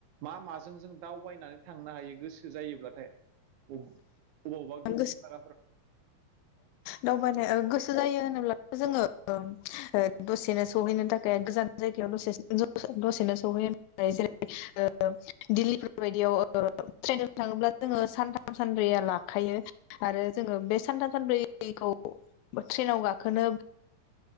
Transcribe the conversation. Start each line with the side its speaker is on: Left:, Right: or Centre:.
Right: मा माजों जोङो दावबायनानै थांनो हायो गोसो जायोब्ला थाय अब अबावबा
Left: उम
Right: गोजाम जागाफोराव
Left: दावबायनो ओ गोसो जायो होनोब्ला जोङो ओम ओ दसेनो सहैनो थाखाय गोजान जायगायावल' सेस जो दसेनो सहैयो जेरै ओ दिल्लीफोरबायदियाव ओ ट्रेनजों थाङोब्ला जोङो सानथाम सानब्रैया लाखायो आरो जोङो बे सानथाम सानब्रै <unintelligible> खौ ट्रेनाव गाखोनो